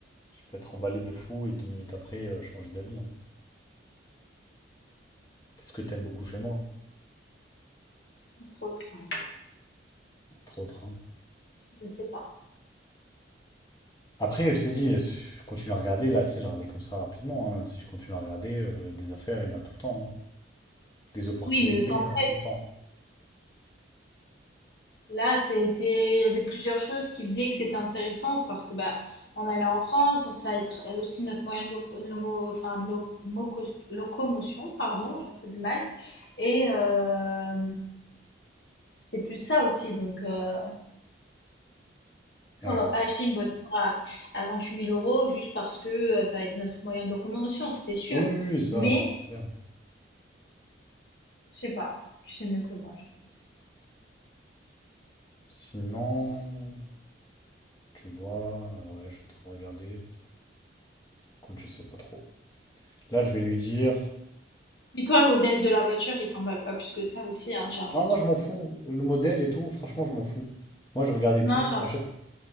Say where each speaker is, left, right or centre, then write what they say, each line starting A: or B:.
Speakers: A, on the left; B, on the left.
A: Je peux être emballé de fou et deux minutes après, euh, changer d'avis, hein. C'est ce que t'aimes beaucoup chez moi,
B: entre autres. ouais.
A: entre autres, hein.
B: Je sais pas.
A: Après, je t'ai dit, je continue à regarder, là, tu sais, j'ai regardé comme ça rapidement. hein. Si je continue à regarder, euh, des affaires, il y en a tout le temps. hein. Des opportunités,
B: Oui, mais le temps
A: il y
B: presse.
A: en a tout le temps.
B: Là, c'était, il y avait plusieurs choses qui faisaient que c'était intéressant, c'est parce que bah, on allait en France, donc ça va être aussi notre moyen de, loco- de lomo- enfin, de loco- locomotion, pardon, j'ai un peu du mal. Et euh, c'était plus ça aussi, donc. euh,
A: Ouais.
B: on va pas acheter une voiture à, à vingt-huit mille euros juste parce que euh, ça va être notre moyen de locomotion, c'est sûr.
A: Oui, oui, oui, ça,
B: Mais,
A: c'est clair.
B: je sais pas, tu sais mieux que moi. j'ai envie de dire.
A: Sinon, tu vois, euh, ouais, je suis en train de regarder. Écoute, je sais pas trop. Là, je vais lui dire.
B: Puis toi, le modèle de la voiture, il t'emballe pas plus que ça aussi, hein, j'ai l'impression.
A: Non, moi je m'en fous. Le modèle et tout, franchement, je m'en fous. Moi je regardais
B: Non,
A: tout.
B: j'ai l'impression
A: À
B: que
A: chaque-